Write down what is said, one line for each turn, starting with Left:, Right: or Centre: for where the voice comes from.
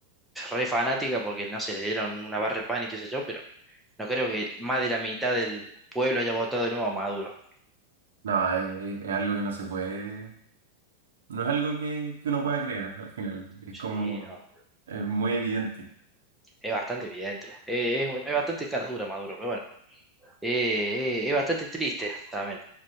Centre: re fanática porque no se le dieron una barra de pan y qué sé yo, pero no creo que más de la mitad del pueblo haya votado de nuevo a Maduro.
Right: No, es, es algo que no se puede... No es algo que, que uno pueda creer al final. Es
Centre: Sí,
Right: como...
Centre: no.
Right: Es muy evidente.
Centre: Es bastante evidente. Eh, es, es bastante cara dura Maduro, pero bueno. Eh, eh, es bastante triste también.